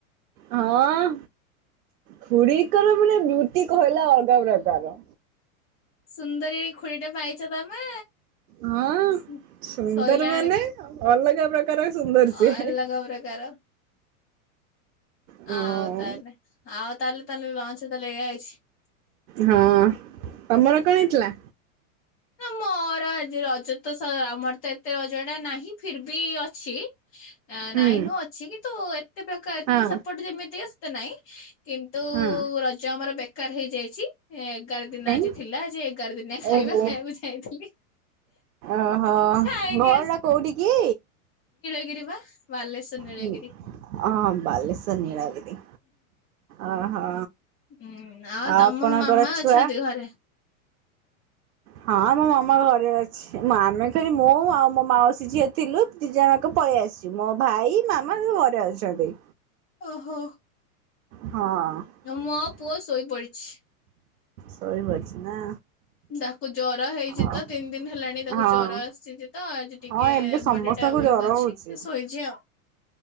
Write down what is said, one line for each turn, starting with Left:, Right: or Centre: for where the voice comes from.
Right: ହଁ ଖୁଡିଙ୍କର ମାନେ ବ୍ୟୁଟି କହିଲା ଅଲଗା ପ୍ରକାର।
Left: ସୁନ୍ଦର ଖ ଖୁଡିଟେ ପାଇଛ ତମେ
Right: ହଁ
Left: ଶୋଇଲା
Right: ସୁନ୍ଦର ମାନେ
Left: ବେଳକୁ
Right: ଅଲଗା ପ୍ରକାର ସୁନ୍ଦର ସିଏ।
Left: ଅ ଅଲଗ ପ୍ରକାର
Right: ହଁ
Left: ଆ ଆଉତାହେଲେ ଆଉ ତାହେଲେ ତାହେନେ ଲଞ୍ଚ <unintelligible>
Right: ହଁ ତମର କଣ ହେଇ ଥିଲା?
Left: ନା ମୋର ଆଜି ରଜ ତ ସ ଆମର ତ ଏତେ ରଜ ଟା ନାହିଁ ଫିର ବି ଅଛି
Right: ହୁଁ
Left: ନାଇଁ ନୁ ଅଛି କି ତୁ ଏତେ ପ୍ରକାର ଏତେ
Right: ହଁ
Left: ସେପଟ ଯେମିତିକା ତ ନାଇଁ କିନ୍ତୁ
Right: ହଁ
Left: ରଜ ଆମର ବ୍ୟ ଦରକାର ହେଇଯାଇଛି ଏ ଏଗାର ଦିନ
Right: କାଇଁ?
Left: ଆଜି ଥିଲା ଯେ ଏଗାର ଦିନିଆ ଖାଇବା।
Right: ଓହୋ
Left: ମୁ ଯାଇଥିଲି
Right: ଓହୋ
Left: ଖାଇକି
Right: ଘର ଟା କୋଉଠି କି?
Left: ଗିରି ବା ବାଲେଶ୍ଵର ନୀଳଗିରି।
Right: ହୁଁ ଆଁ ବାଲେଶ୍ୱର ନୀଳଗିରି ଓହୋ
Left: ହୁଁ ନା ତମ
Right: ଆପଣଙ୍କର
Left: ମାମା ଅଛନ୍ତି
Right: ଛୁଆ?
Left: ଘରେ
Right: ହଁ ମୋ ମାମା ଘରେ ଅଛି ଆମେ ଖଲି ମୁଁ ଆଉ ମୋ ମାଉସୀ ଝିଅ ଥିଲୁ ଦି ଜଣକ ପଳେଇ ଆସିଛୁ ମୋ ଭାଇ ମାମା ଘରେ ଅଛନ୍ତି
Left: ଓହୋ
Right: ହଁ
Left: ମୋ ପୁଅ ଶୋଇ ପଡ଼ିଛି
Right: ଶୋଇ ପଡିଛି ନା
Left: ତାକୁ ଜର ହେଇଛି
Right: ଆଉ
Left: ତ ତିନି ଦିନ ହେଲାଣି ତାକୁ
Right: ହଁ
Left: ଜର ଆସିଛି ତ ଆଜି ଟିକେ
Right: ହଁ ଏବେ ସମସ୍ତଙ୍କୁ
Left: ବଡି ଟା ୱିକ
Right: ଜର
Left: ଅଛି
Right: ହଉଛି
Left: ଶୋଇଛି ଆଉ